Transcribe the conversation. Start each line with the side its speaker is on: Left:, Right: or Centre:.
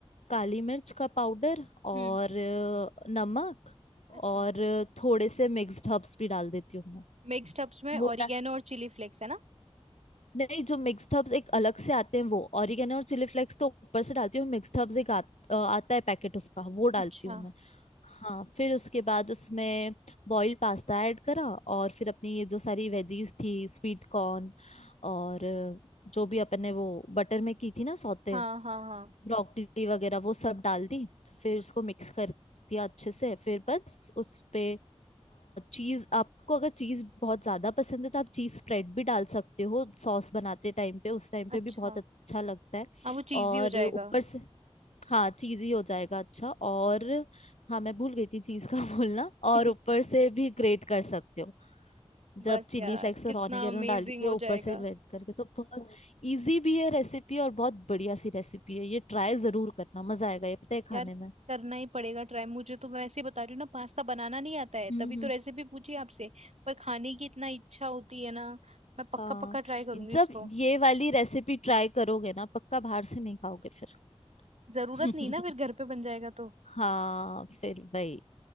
Left: काली मिर्च का पाउडर और
Right: हम्म
Left: अ, नमक और
Right: अच्छा
Left: अ, थोड़े से मिक्स्ड हर्ब्स भी डाल देती हूँ मैं
Right: मिक्स्ड हब्स में
Left: वो
Right: ओरिगेनो
Left: डा-
Right: और चिली फ्लेक्स है ना
Left: नहीं जो मिक्स्ड हर्ब्स एक अलग से आते हैं वो ऑरिगेनो और चिली फ्लेक्स तो ऊपर से डालती हूँ मिक्स्ड हर्ब्स एक आ, अ, आता है पैकेट उसका वो डालती
Right: अच्छा
Left: हूँ मैं हाँ फिर उसके बाद उसमें बॉइल्ड पास्ता ऐड करा और फिर अपनी ये जो सारी वेजीज थी स्वीट कॉर्न और अ, जो भी अपन ने वो बटर में की थी ना सौते
Right: हाँ हाँ हाँ
Left: ब्रोकली वगैरह वो सब डाल दी फिर उसको मिक्स कर दिया अच्छे से फिर बस उस पे चीज आपको अगर चीज बहुत ज्यादा पसंद है तो आप चीज स्प्रेड भी डाल सकते हो सॉस बनाते टाइम पे उस टाइम पे
Right: अच्छा
Left: भी बहुत अच्छा लगता है
Right: हाँ वो चीजी
Left: और
Right: हो जाएगा
Left: ऊपर से हाँ चीज ही हो जाएगा अच्छा और हाँ मैं भूल गई थी चीज का <laughs> बोलना और
Right: <laughs>
Left: ऊपर से भी ग्रेट कर सकते हो जब
Right: बस
Left: चिली
Right: यार
Left: फ्लेक्स
Right: कितना
Left: और ऑनियन
Right: अमेजिंग
Left: डाल के
Right: हो
Left: ऊपर
Right: जाएगा
Left: से ग्राइंड करके तो बहुत इजी भी है रेसिपी और बहुत बढ़िया सी रेसिपी है ये ट्राई जरूर करना मजा आएगा ये पता है
Right: यार
Left: खाने में
Right: करना ही पड़ेगा ट्राई मुझे तो मैं ऐसे ही बता रही हूँ ना पास्ता बनाना नहीं आता है
Left: हम्म
Right: तभी तो
Left: हम्म
Right: रेसिपी पूछी आपसे पर खाने की इतना इच्छा होती है ना मैं पक्का
Left: हाँ
Right: पक्का ट्राई करूंगी
Left: जब
Right: इसको
Left: ये वाली रेसिपी ट्राई करोगे ना पक्का बाहर से नहीं खाओगे फिर
Right: जरूरत
Left: <laughs> हम्म।
Right: नहीं ना फिर घर पे बन जाएगा तो
Left: हाँ फिर वही